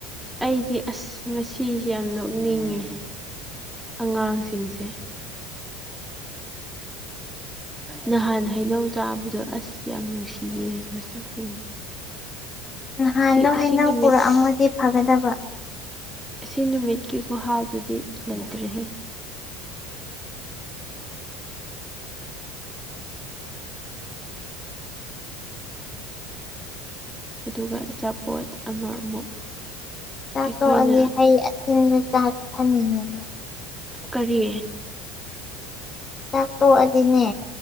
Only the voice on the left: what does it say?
ꯅꯍꯥꯟꯗꯣ
ꯍꯩꯅꯧ
ꯄꯨꯔꯛꯑꯝꯃꯗꯤ ꯐꯒꯗꯕ
ꯆꯥꯊꯣꯛꯑꯅꯤ
ꯍꯩ ꯑꯁꯤꯅꯕ ꯆꯥ ꯊꯟꯅꯤꯡꯉꯤꯕ
ꯆꯥꯛ ꯇꯣꯛꯑꯗꯤꯅꯦ